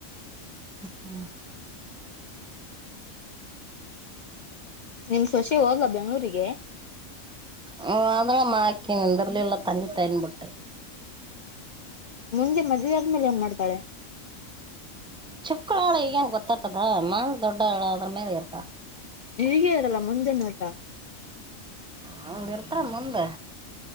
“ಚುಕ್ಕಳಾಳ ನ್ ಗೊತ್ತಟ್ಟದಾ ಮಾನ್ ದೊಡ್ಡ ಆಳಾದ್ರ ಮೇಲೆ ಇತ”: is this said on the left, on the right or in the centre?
Centre